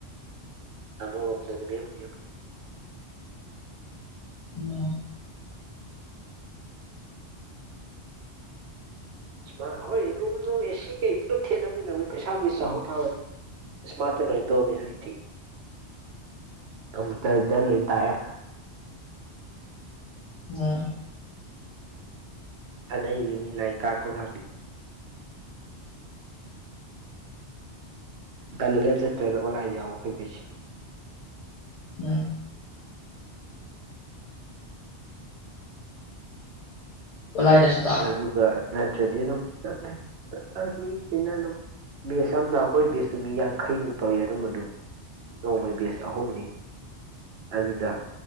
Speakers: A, on the right (about 65°); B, on the left (about 65°).
A: ꯑꯃꯔꯣꯝꯗ ꯅꯨꯃꯤꯠ ꯍꯨꯝꯅꯤ ꯍꯨꯝꯅꯤ꯫
B: ꯎꯝ꯫
A: ꯏꯁꯃꯥꯔꯠ ꯍꯣꯏ ꯔꯨꯝ ꯅꯨꯡ ꯑꯦꯁꯤ ꯀꯩ ꯄꯨꯂꯞ ꯊꯦꯠꯂꯝꯅꯤꯅ ꯃꯣꯏ ꯄꯩꯁꯥꯕꯨ ꯆꯥꯎ ꯊꯥꯕ ꯏꯁꯃꯥꯔꯠ꯫ ꯇ ꯂꯣꯏ ꯇꯧꯔꯝꯅꯦ ꯍꯨꯖꯤꯛꯇꯤ ꯀꯝꯇ꯭ꯔꯗ ꯂꯣꯏ꯫ ꯇꯥꯌꯥ꯫
B: ꯎꯝ꯫
A: ꯑꯅꯩꯕꯤꯅꯤ ꯂꯥꯏꯛ ꯇꯥꯛꯄꯀꯥꯡꯗꯤ꯫ ꯇꯟꯗ ꯆꯠꯇ꯭ꯔꯗ ꯑꯣꯂꯥꯏꯟ ꯌꯥꯎꯕ ꯑꯩꯈꯣꯏ ꯇꯧꯏꯁꯤ꯫
B: ꯎꯝ꯫ ꯑꯣꯟꯂꯥꯏꯗꯁꯨ ꯇꯥꯛ
A: ꯑꯗꯨꯒ ꯅꯠꯇ꯭ꯔꯗꯤ ꯑꯗꯨꯝ ꯆꯠꯂꯦ <unintelligible> ꯃꯤꯆꯤꯟꯅ ꯑꯗꯨꯝ ꯕꯦꯁ ꯑꯝꯗ ꯑꯩꯈꯣꯏ ꯕꯦꯁꯇꯨ ꯃꯤ ꯌꯥꯡꯈꯩꯃꯨꯛ ꯇꯧꯋꯤ ꯑꯗꯨꯝꯕꯗꯨ ꯅꯣꯡꯃꯩ ꯕꯦꯁ ꯑꯍꯨꯝꯅꯤ꯫ ꯑꯗꯨꯗ